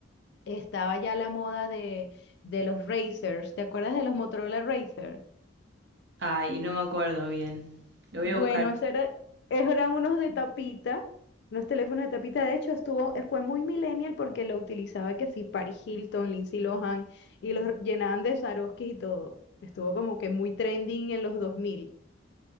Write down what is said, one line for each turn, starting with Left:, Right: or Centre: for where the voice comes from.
Left: estaba ya la moda de, de los Razers. ¿Te acuerdas de los Motorola Razer?
Right: Ay, no me acuerdo bien. Lo voy
Left: Bueno,
Right: a buscar.
Left: eso era, esos eran unos de tapita, unos teléfonos de tapita. De hecho, estuvo, eh, fue muy millennial porque lo utilizaba que sí, Paris Hilton, Lindsay Lohan, y los llenaban de Swarovski y todo. Estuvo como que muy trending en los 2000.